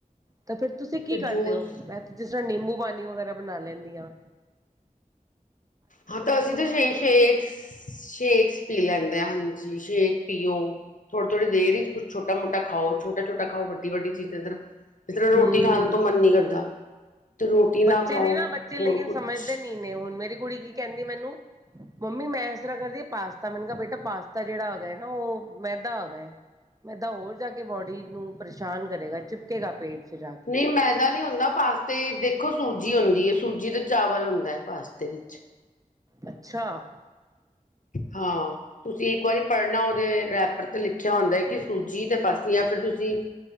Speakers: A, on the right; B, on the left.
A: ਤਾਂ ਫੇਿਰ ਤੁਸੀਂ ਕੀ
B: ਤੇ
A: ਕਰਦੇ
B: ਜੂਸ
A: ਹੋ? ਮੈਂ ਜਿਸ ਤਰ੍ਹਾਂ ਨਿੰਬੂ ਪਾਣੀ ਵਗੈਰਾ- ਬਣਾ ਲੈਂਦੀਆਂ-
B: ਹਾਂ ਤਾਂ ਅਸੀਂ ਤਾਂ ਸ਼ੇਖ ਸ਼ੇਖ- ਸ਼ੇਕ ਪੀ ਲੈਂਦੇ ਹਾਂ। ਹਾਂਜੀ, ਸ਼ੇਕ ਪੀਓ ਥੋੜੀ ਥੋੜੀ ਦੇਰ ਹੀ- ਛੋਟਾ ਮੋਟਾ ਖਾਓ, ਛੋਟਾਛੋਟਾ ਖਾਓ, ਵੱਡੀ ਵੱਡੀ ਚੀਜ਼ ਇੱਧਰ- ਇਸ ਤਰ੍ਹਾਂ ਰੋਟੀ
A: ਹਮ।
B: ਖਾਣ ਤੋਂ ਮਨ ਨ ਕਰਦਾ। ਤੇ ਰੋਟੀ
A: ਬੱਚੇ
B: ਖਾਓ
A: ਨੇ ਨਾ ਬੱਚੇ ਲੇਕਨ
B: ਹੋਰ
A: ਸਮਝਦੇ
B: ਕੁਛ
A: ਨਹੀਂ। ਇਨੇ ਹੁਣ ਮੇਰੀ- ਕੁੜੀ ਕੀ ਕਹਿੰਦੀ ਮੈਨੂੰ, ਮੰਮੀ ਮੈਂ ਇਸ ਤਰ੍ਹਾਂ ਕਰਦੀ ਆ ਪਾਸਤਾ, ਮੈਨੂੰ ਕਿਹਾ ਬੇਟਾ ਪਾਸਤਾ ਜਿਹੜਾ ਹੈਗਾ ਨਾ ਉਹ- ਮੈਦਾ ਹੈਗਾ, ਮੈਦਾ ਹੋਰ ਜਾ ਕੇ ਬੋਡੀ ਨੂੰ ਪਰੇਸ਼ਾਨ ਕਰੇਗਾ। ਚਿਪਕੇਗਾ ਪੇਟ- ਚ ਜਾ ਕੇ
B: ਨਹੀਂ ਮੈਦਾ ਨਹੀਂ ਹੁੰਦਾ। ਪਾਸਤੇ ਦੇਖੋ ਸੂਜੀ ਹੁੰਦੀ ਹੈ। ਸੂਜੀ ਤੇ ਚਾਵਲ ਹੁੰਦਾ ਹੈ ਪਾਸਤੇ ਵਿੱਚ।
A: ਅੱਛਾ
B: ਹਾਂ ਤੁਸੀਂ ਇੱਕ ਵਾਰੀ ਪੜ੍ਹਨਾ ਉਹਦੇ- ਤੇ ਲਿਖਿਆ ਹੁੰਦਾ ਹੈ। ਕਿ ਸੂਜੀ ਦੇ ਪਾਸੇ ਜਾਂ ਫਿਰ ਤੁਸੀਂ-